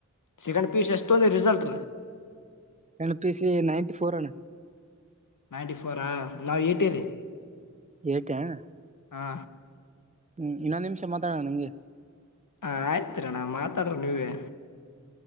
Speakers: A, on the left (about 80°); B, on the right (about 25°).
A: ಸೆಕೆಂಡ್ ಪೀಸ್ ಎಸ್ಂದ ರಿಸಲ್ಟ್
B: ಪ ಸಿ ನೈನ್ಟಿಫೋರ್
A: ನೈಂಟಿ ಫೋರ್ ಆ ನಾವ್ ಏಟಿರಿ
B: ಏಟ ಅಣ್ಣ
A: ಹಾ
B: ಹ್ಮ್ ಇನ್ನೊಂದು ನಿಮಿಷ ಮಾತಾಡೋಣ ನಂಗೆ
A: ಹ ಆಯ್ತೀರಣ ಮಾತಾಡರು ನೀವೇ